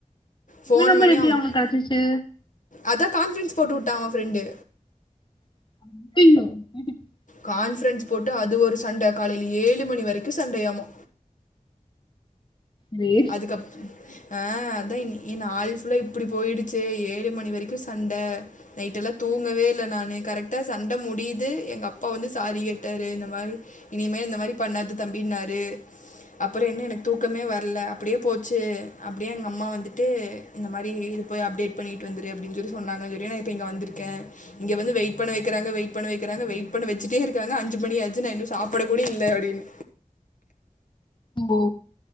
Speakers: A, on the left; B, on the left.
A: ஃபோன்
B: இவ நம்பர்
A: பண்ணி
B: எப்பனடி
A: அவங்க
B: அவனுக்கு கெடச்சிச்சு
A: அதான் கான்ஃபரன்ஸ் போட்டு வுட்டடான் அவன் ஃப்ரெண்டு
B: ய்யயையோ
A: கான்ஃபரன்ஸ் போட்டு அது ஒரு சண்ட காலைல ஏழு மணி வரைக்கு சண்டயாமா
B: ரே
A: அதுக்கப் ஆஹ் அதா இனி இ நாள் ஃபுல்லா இப்டி போயிடுச்சு ஏழு மணி வரைக்கு சண்ட நைட்டெல்லா தூங்கவே இல்ல நானு கரெக்டா சண்ட முடியுது எங்க அப்பா வந்து சாரி கேட்டாரு இந்த மாரி இனிமே இந்த மாரி பண்ணாத தம்பின்னாரு அப்புற என்ன எனக் தூக்கமே வரல ட்டு போச்சு அப்டி எங்க அம்மா வந்துட்டு இந்த மாரி இது போய் அப்டேட் பண்ணிட்டு வந்துரு அப்டின்னு சொல்லி சொன்னாங்கன்னு சொல்லி நா இப்ப இங்க வந்திருக்கேன் இங்க வந்து வெயிட் பண்ண வைக்கிறாங்க வெயிட் பண்ண வைக்கிறாங்க வெயிட் பண்ண வச்சுட்டே இருக்காங்க அஞ்சு மணியாச்சு நான் இன்னும் சாப்ட கூட இல்ல அப்டின்னு
B: ஓ